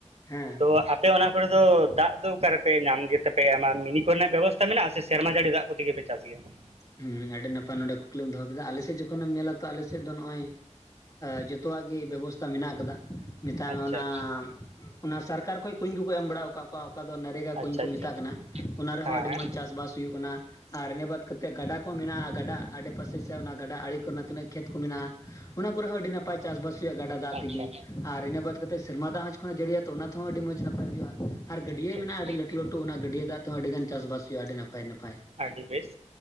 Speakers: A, on the left; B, on the right.
A: ᱦᱮᱸ
B: ᱛᱚ ᱟᱯᱮ ᱚᱱᱟ ᱠᱚᱨᱮ ᱫᱚ ᱫᱟᱜ ᱫᱚ ᱚᱠᱟᱨᱮᱯᱮ ᱧᱟᱢ ᱜᱮᱛᱟᱯᱮ ᱟᱭᱢᱟ ᱢᱤᱱᱤ ᱠᱚᱨᱮᱱᱟᱜ ᱵᱮᱵᱚᱥᱛᱟ ᱢᱮᱱᱟᱜᱼᱟ ᱥᱮ ᱥᱮᱨᱢᱟ ᱡᱟᱹᱲᱤ ᱫᱟᱜ ᱠᱚᱛᱮᱜᱮᱯᱮ ᱪᱟᱥᱼᱟ? <unintelligible>
A: ᱦᱩᱸ ᱟᱹᱰᱤ ᱱᱟᱯᱟᱭ ᱱᱚᱰᱮ ᱠᱩᱠᱞᱤᱢ ᱫᱚᱦᱚ ᱠᱮᱫᱟ ᱟᱞᱮᱥᱮᱫ ᱡᱚᱠᱷᱚᱱᱮᱢ ᱧᱮᱞᱟ ᱛᱚ ᱟᱞᱮᱥᱮᱫ ᱫᱚ ᱱᱚᱜᱼᱚᱭᱼᱼ ᱮ ᱡᱚᱛᱚᱣᱟᱜ ᱜᱮ ᱵᱮᱵᱚᱥᱛᱷᱟ ᱢᱮᱱᱟᱜ ᱠᱟᱫᱟ ᱢᱮᱛᱟᱭ
B: ᱟᱪᱪᱷᱟ
A: ᱢᱮ ᱚᱱᱟ ᱚᱱᱟ ᱥᱚᱨᱠᱟᱨ ᱠᱷᱚᱡ ᱠᱩᱧ ᱠᱩᱠᱚ ᱮᱢ ᱵᱟᱲᱟ ᱠᱟᱜ ᱠᱚᱣᱟ, ᱚᱠᱟ ᱫᱚ ᱱᱟᱲᱤᱜᱟ
B: ᱟᱪᱪᱷᱟ
A: ᱠᱩᱧ ᱠᱚ
B: ᱟᱪᱪᱷᱟ
A: ᱢᱮᱛᱟᱜ ᱠᱟᱱᱟ ᱚᱱᱟ ᱨᱮᱦᱚᱸ
B: ᱦᱮᱸ
A: ᱟᱹᱰᱤ
B: ᱦᱮᱸ
A: ᱢᱚᱡᱽ ᱪᱟᱥᱵᱟᱥ ᱦᱩᱭᱩᱜ ᱠᱟᱱᱟ ᱟᱨ ᱮᱱᱟᱹ ᱵᱟᱫ ᱠᱟᱛᱮᱫ ᱛᱮ ᱜᱟᱰᱟ ᱠᱚ ᱢᱮᱱᱟᱜᱼᱟ ᱜᱟᱰᱟ ᱟᱰᱮᱯᱟᱥᱮ ᱥᱮ ᱚᱱᱟ ᱜᱟᱰᱟ ᱟᱲᱮ ᱠᱚᱨᱮᱱᱟᱜ ᱛᱤᱱᱟᱹᱜ ᱠᱷᱮᱛ ᱠᱚ ᱢᱮᱱᱟᱜᱼᱟ ᱚᱱᱟ ᱠᱚᱨᱮ ᱦᱚᱸ ᱟᱹᱰᱤ ᱱᱟᱯᱟᱭ, ᱱᱟᱯᱟᱭ ᱪᱟᱥᱵᱟᱥ ᱦᱩᱭᱩᱜᱼᱟ ᱜᱟᱰᱟ ᱫᱟᱜ
B: ᱟᱪᱪᱷᱟ
A: ᱛᱮᱜᱮ᱾ ᱟᱨ ᱤᱱᱟᱹ ᱵᱟᱫᱽ ᱠᱟᱛᱮ ᱥᱮᱨᱢᱟ ᱫᱟᱜ ᱦᱚᱸᱡᱽ ᱠᱷᱚᱱᱟᱜ ᱡᱟᱹᱲᱤᱭᱟ ᱛᱚ ᱚᱱᱟ ᱛᱮᱦᱚᱸ ᱟᱹᱰᱤ ᱢᱚᱡᱽ ᱱᱟᱯᱟᱭ ᱦᱩᱭᱩᱜᱼᱟ ᱟᱨ ᱜᱟᱹᱰᱭᱟᱹ
B: ᱟᱪᱪᱷᱟ ᱟᱪᱪᱷᱟ
A: ᱢᱮᱱᱟᱜᱼᱟ ᱟᱹᱰᱤ ᱞᱟᱹᱴᱩ ᱞᱟᱹᱴᱩ ᱚᱱᱟ ᱜᱟᱹᱰᱭᱟᱹ ᱫᱟᱜ ᱛᱚ ᱟᱹᱰᱤ ᱜᱟᱱ ᱪᱟᱥᱵᱟᱥ ᱦᱩᱭᱩᱜᱼᱟ ᱟᱹᱰᱤ ᱱᱟᱯᱟᱭ ᱱᱟᱯᱟᱭ,
B: ᱟᱹᱰᱤ ᱵᱮᱥ